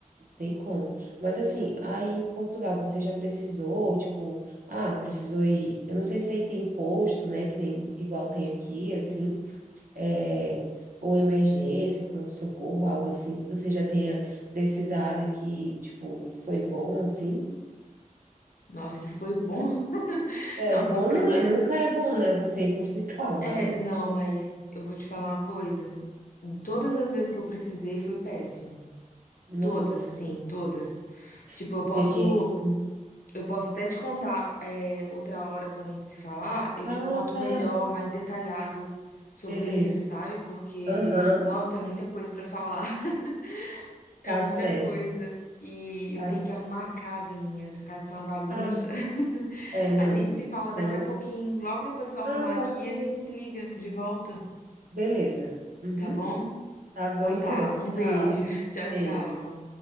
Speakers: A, on the right; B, on the left.
A: Tem como. Mas assim, aí em Portugal você já precisou, tipo, ah, precisou ir. Eu não sei se aí tem posto, né? Que nem igual tem aqui, assim, é, ou emergência, pronto-socorro, algo assim, que você já tenha precisado e que, tipo, foi bom, assim.
B: Nossa, que foi bom. <laughs>
A: É
B: Não,
A: bom,
B: que eu preciso.
A: não- nunca é bom, né? Você ir para o <laughs> hospital, mas,
B: É, não, mas eu vou te falar uma coisa. Todas as vezes que eu precisei foi péssimo.
A: nossa,
B: Todas, assim, todas. Tipo,
A: que experiência.
B: eu posso, eu posso até te contar, é, outra hora quando a gente se falar, eu te
A: Ah,
B: conto
A: tá.
B: melhor, mais detalhado sobre
A: Beleza.
B: isso, sabe? Porque,
A: Aham,
B: nossa, é muita coisa pra falar, <laughs> é
A: tá
B: muita
A: certo,
B: coisa. E
A: tá
B: eu tenho
A: certo.
B: que arrumar a casa, menina, a casa tá uma bagunça.
A: Ah,
B: <laughs>
A: é, não.
B: A gente se fala
A: Então.
B: daqui a pouquinho, logo depois que eu arrumar
A: Ah, pode
B: aqui,
A: ser.
B: a gente se liga de volta,
A: Beleza. Uhum.
B: tá bom?
A: Tá bom
B: Então
A: então.
B: tá, um
A: Tchau.
B: beijo. <laughs> Tchau,
A: Beijo.
B: tchau.